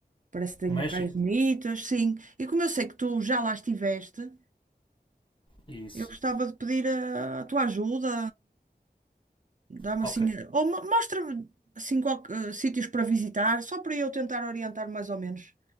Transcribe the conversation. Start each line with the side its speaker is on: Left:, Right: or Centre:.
Right: Parece que tem
Left: México,
Right: praias bonitas, sim. E como eu sei que tu já lá estiveste,
Left: isso.
Right: eu gostava de pedir a, a tua ajuda, dá-me
Left: Ok,
Right: assim, ou mo- mostra-me assim qual, eh, sítios para visitar, só para eu tentar orientar mais ou menos.